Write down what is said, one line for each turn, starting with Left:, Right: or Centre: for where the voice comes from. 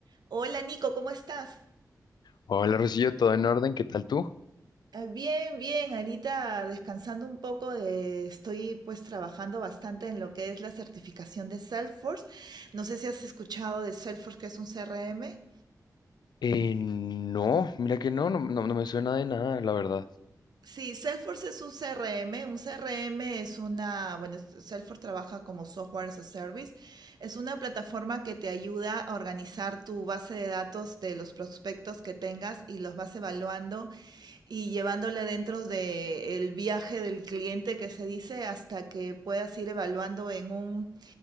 Right: Hola Nico, ¿cómo estás?
Left: Hola, Rosillo, ¿todo en orden? ¿Qué tal tú?
Right: Eh, Bien, bien, ahorita descansando un poco de, estoy pues trabajando bastante en lo que es la certificación de Salesforce. No sé si has escuchado de Salesforce, que es un CRM.
Left: Eh, no, mira que no, no, no, no me suena de nada, la verdad.
Right: Sí, Salesforce es un CRM. Un CRM es una, bueno, es- Salesforce trabaja como software as a service. Es una plataforma que te ayuda a organizar tu base de datos de los prospectos que tengas y los vas evaluando y llevándola dentro del viaje del cliente que se dice hasta que puedas ir evaluando en un,